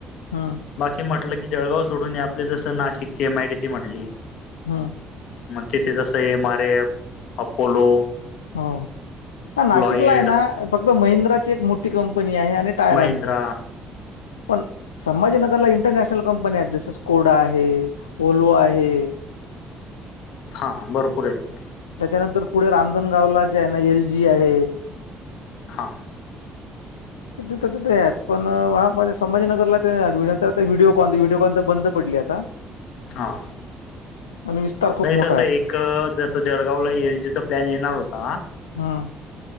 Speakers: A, on the left; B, on the left.
A: हम्म
B: बाकी म्हटलं की जळगाव सोडून आपले जसं नाशिकची एमआयटीसी म्हटली.
A: हमम..
B: तिथे जसं एम आर एफ अपोलो
A: हो नाशिकला
B: लॉइड
A: आहे ना फक्त महिंद्राची एक मोठी कंप फनी आहे आणि टायरांचा.
B: महिंद्रा
A: पण संभाजीनगरला इंटरनॅशनल कंपनी आहेत जस स्कोडा आहे ओल्वो आहे. <inaudible>
B: हा भरपूरय तेथे.
A: त्यानंतर पुढे रांजणगावला जे आहे ना एल जी आहे.
B: हा.
A: त ति तर तिथेत पण हा. संभाजीनगरला तर व्हिडिओ कॉन व्हडिओ कॉन तर बंद पडली आता.
B: हा
A: आणि विस्तार खूप
B: नाही
A: मोठा
B: तसं
A: आहे.
B: एक जसं जळगावला एल जीचा प्लॅन येणार होता
A: हम्म